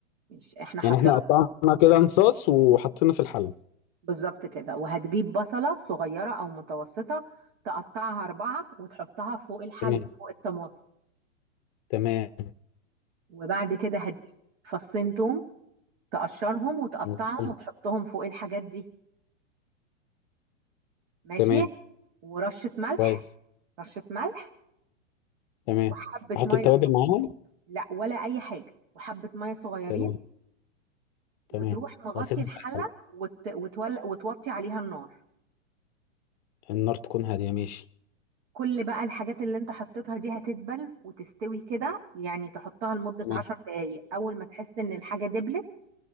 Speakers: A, on the right; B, on the left.
A: مش احنا حطينا
B: يعني احنا قطعنا كده انصاص وحطينا في الحل
A: بالظبط كده وهتجيب بصلة صغيرة او متوسطة تقطعها اربعة وتحطها فوق الحلة
B: تمام
A: فوق الطماطم
B: تمام
A: وبعد كده هتجيب فصين توم تقشرهم وتقطعهم
B: تمام
A: وتحطهم فوق الحاجات دي ماشي
B: تمام
A: ورشة ملح
B: كويس
A: رشة ملح
B: تمام
A: وحبة
B: احط
A: مية
B: التوابل
A: صغ-
B: معاهم
A: لا ولا اي حاجة وحبة مية صغيرين
B: تمام تمام
A: وتروح مغطي
B: واسيبهم
A: الحلة
B: في الحلقة
A: وت... وتول... وتوطي عليها النار
B: النار تكون هادية ماشي
A: كل بقى الحاجات اللي انت حطيتها دي هتدبل وتستوي كده يعني تحطها لمدة
B: تمام
A: عشر دقايق أول ما تحس إن الحاجة دبلت